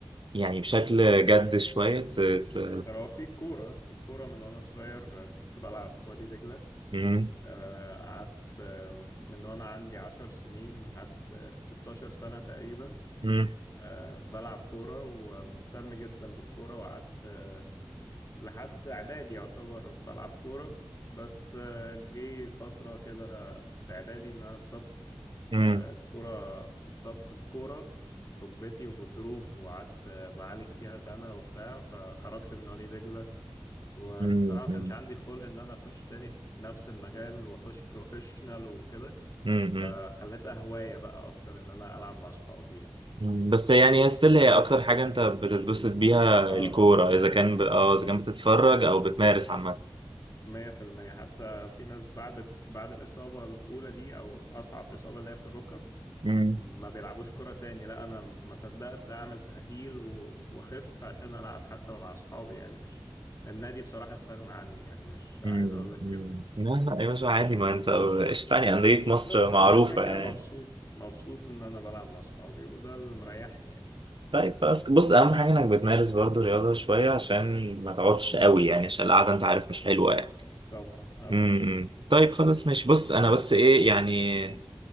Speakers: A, on the right (about 75°); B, on the left (about 40°).
A: يعني بشكل جد شويه ت... ت...
B: احترافي كورة الكورة من وأنا صغير آه، كنت بلعب في وادي دجلة
A: امم
B: آه، قعدت آه، من وأنا عندي عشر سنين لحد آه، ستاشر سنة تقريبا
A: امم
B: آه، بلعب كورة ومهتم جدا بالكورة وقعدت آه، لحد إعدادي يعتبر بلعب كورة بس آه، جه فترة كده في إعدادي إن أنا اتصبت
A: امم
B: آه، كورة اتصبت في كورة في ركبتي وغضروف وقعدت آه، بعالج فيها سنة وبتاع فخرجت من وادي دجلة وبصراحة
A: امم،
B: ما
A: امم.
B: كانش عندي خلق إن أنا أخش تاني في نفس المجال وأخش بروفيشنال وكده
A: امم
B: فخليتها هواية بقى أكتر إن أنا ألعب مع صحابي يعني
A: أمم. بس يعني ستيل هي اكتر حاجه انت بتتبسط بيها الكوره
B: آه طبعا مية
A: اذا
B: في
A: كان
B: المية
A: ب... اه اذا كان بتتفرج او بتمارس عامه
B: مية في المية حتى في ناس بعد بعد الإصابة الأولى دي أو أصعب إصابة اللي هي في الركب
A: امم
B: ما بيلعبوش كرة تاني لا أنا ما صدقت أعمل تأهيل و- وأخف عشان ألعب حتى مع صحابي يعني مش النادي بصراحة استغنى عني يعني مش
A: أمم.
B: عايز أقول لك
A: أمم.
B: كده
A: لا لا يا باشا عادي ما انت ايش تاني انديه
B: بالظبط
A: مصر معروفه
B: انا كده كده
A: يعني
B: مبسوط مبسوط ان انا بلعب مع اصحابي وده اللي مريحني يعني
A: طيب خلاص بص اهم حاجه انك بتمارس برضو رياضه شويه عشان ما تقعدش قوي يعني عشان القعده انت عارف مش حلوه يعني
B: طبعا اه
A: امم أمم. طيب خلاص ماشي بص انا بس ايه يعني